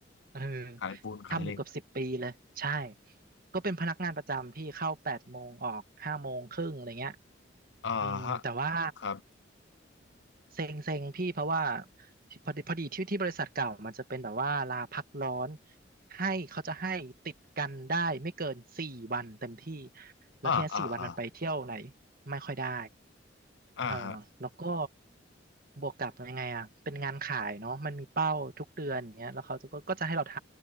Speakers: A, on the right; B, on the left.
A: เออ
B: ขายปูนขายเหล็ก
A: ทำอยู่เกือบสิบปีเลย ใช่ ก็เป็นพนักงานประจำพี่เข้าแปดโมงออกห้าโมงครึ่งอะไรเงี้ย
B: อ่าฮะ
A: อืมแต่ว่า
B: ครับ
A: เซ็งเซ็งพี่เพราะว่าพอดีพอดีที่ที่บริษัทเก่ามันจะเป็นแบบว่าลาพักร้อนให้เขาจะให้ติดกันได้ไม่เกินสี่วันเต็มที่แล้วทีเนี้สี่วันมันไปเที่ยวไหน
B: อ่าอ่าอ่า
A: ไม่ค่อยได้
B: อ่าฮะ
A: เออแล้วก็บวกกับยังไงอ่ะเป็นงานขายเนาะมันมีเป้าทุกเดือนอย่างเงี้ยแล้วเขาก็ก็จะให้เราท